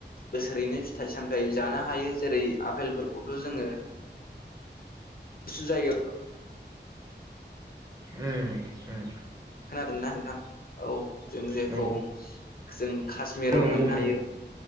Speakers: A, on the left; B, on the right.
A: बोसोरैनो फिथाइ सामथायाइ जानो हायो जेरै आफेलफोरखौथ' जोंङो गुसु जायगायाव
B: उम उम
A: खोनादोंना नोंथां औ जों जेखौ
B: नंगौ
A: जों कश्मिराव
B: नंगौ
A: मोननो हायो।
B: नंगौ